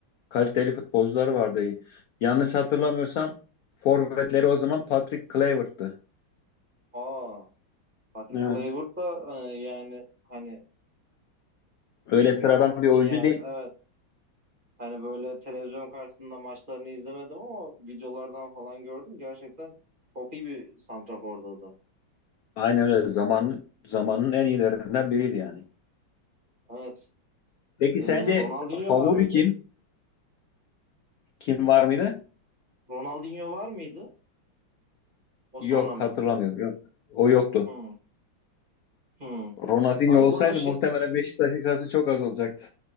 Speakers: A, on the left; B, on the right.
A: kaliteli futbolcuları vardı. Yanlış hatırlamıyorsam forvetleri o zaman Patrick Kluivert'tı.
B: Aa, Patrick
A: Evet.
B: Kluivert da e, yani hani
A: Öyle sıradan
B: ben
A: bir oyuncu
B: şey yani
A: değil.
B: evet hani böyle televizyon karşısında maçlarını izlemedim ama videolardan falan gördüm. Gerçekten çok iyi bir santrafordu o da.
A: Aynen öyle zamanın zamanın en iyilerinden biriydi yani.
B: Evet.
A: Peki sence
B: E, Ronaldinho
A: favori
B: var mıydı?
A: kim? Kim var mıydı?
B: Ronaldinho var mıydı? O
A: Yok
B: sonra mı?
A: hatırlamıyorum. Yok. O yoktu.
B: Hmm. Hmm.
A: Ronaldinho
B: Abi
A: olsaydı
B: bana şey
A: muhtemelen Beşiktaş hissası çok az olacaktı.